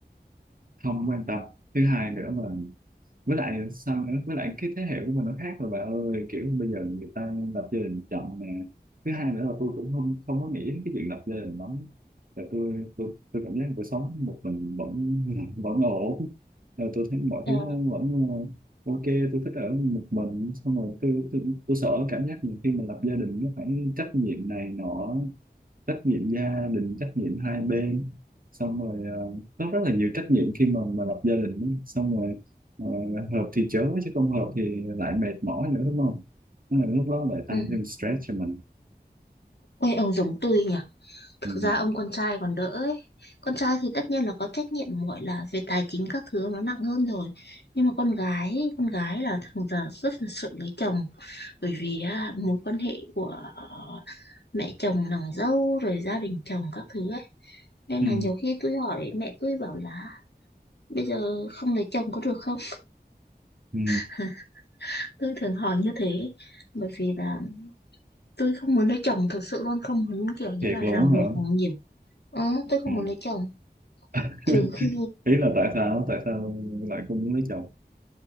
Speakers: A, on the right; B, on the left.
A: không quan tâm thứ hai nữa với lại sao nữa với lại cái thế hệ của mình nó khác rồi bà ơi kiểu bây giờ người ta lập gia đình chậm nè thứ hai nữa là tôi cũng không không có nghĩ đến cái chuyện lập gia đình lắm là tôi tôi tôi cảm giác cuộc sống một mình vẫn <laughs> vẫn ổn rồi tôi thấy mọi
B: ờ,
A: thứ nó vẫn ờ, ok tôi thích ở một mình xong rồi tôi tôi, tôi sợ cảm giác mình khi mà lập gia đình nó phải trách nhiệm này nọ trách nhiệm gia đình trách nhiệm hai bên xong rồi uh, rất rất là nhiều trách nhiệm khi mà mà lập gia đình đó. xong rồi ờ, hợp thì chớ chứ không hợp thì lại mệt mỏi nữa đúng không Nó là lúc đó lại tăng
B: ừ.
A: thêm stress cho mình
B: quê ông giống tôi nhỉ Thực
A: ừ.
B: ra ông con trai còn đỡ ấy. Con trai thì tất nhiên là có trách nhiệm gọi là về tài chính các thứ nó nặng hơn rồi. Nhưng mà con gái, ấy, con gái là thường giờ rất là sợ lấy chồng bởi vì á, mối quan hệ của ờ, mẹ chồng nàng dâu rồi gia đình chồng các thứ ấy. Nên
A: Ừ.
B: là nhiều khi tôi hỏi mẹ tôi bảo là bây giờ không lấy chồng có được không?
A: Ừ.
B: <laughs> Tôi thường hỏi như thế bởi vì là tôi không muốn lấy chồng thật sự luôn không muốn kiểu như
A: thiệt
B: là
A: luôn
B: ràng buộc
A: á hả
B: nhiều. Ờ, tôi không
A: ừ.
B: muốn lấy chồng
A: <laughs>
B: trừ khi
A: ý là tại sao tại sao lại không muốn lấy chồng